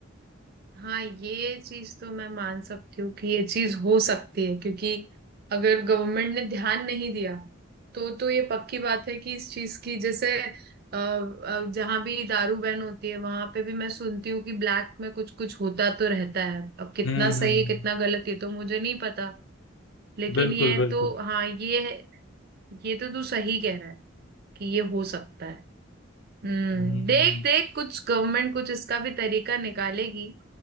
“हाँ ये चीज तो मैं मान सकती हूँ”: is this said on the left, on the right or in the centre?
Right